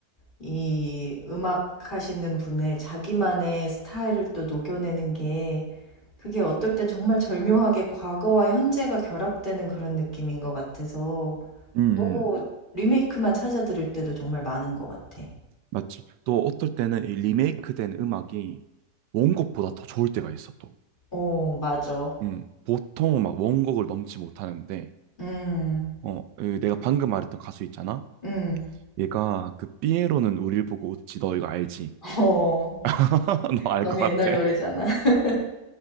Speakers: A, on the left; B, on the right.
A: 이 음악 하시는 분의 자기만의 스타일을 또 녹여내는 게 그게 어떨 땐 정말 절묘하게 과거와 현재가 결합되는 그런 느낌인 것 같아서
B: 응,
A: 너무
B: 응.
A: 음. 리메이크만 찾아 들을 때도 정말 많은 것 같아.
B: 맞지? 또 어떨 때는 이 리메이크된 음악이 원곡보다 더 좋을 때가 있어, 또.
A: 어, 맞아.
B: 음, 보통은 막 원곡을 넘지 못하는데,
A: 음,
B: 어, 그 내가 방금 말했던 가수 있잖아?
A: 음,
B: 얘가 그 삐에로는 우릴 보고 웃지, 너 이거 알지?
A: <laughs> 어.
B: <laughs> 너 알
A: 너무
B: 것 같아.
A: 옛날 노래잖아. <laughs>